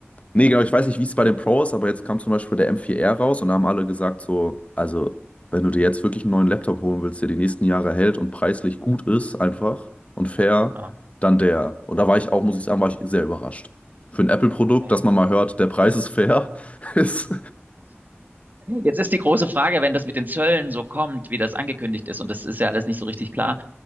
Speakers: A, on the left; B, on the right.
A: Nee, genau, ich weiß nicht, wie es bei den Pro ist, aber jetzt kam zum Beispiel der m vier r raus und da haben alle gesagt, so, also, wenn du dir jetzt wirklich einen neuen Laptop holen willst, der die nächsten Jahre hält und preislich gut ist, einfach und fair,
B: ha,
A: dann der. Und da war ich auch, muss ich sagen, war ich sehr überrascht. Für ein Apple-Produkt,
B: okay.
A: dass man mal hört, der Preis ist fair, <laughs> ist.
B: Jetzt ist die große Frage, wenn das mit den Zöllen so kommt, wie das angekündigt ist, und das ist ja alles nicht so richtig klar,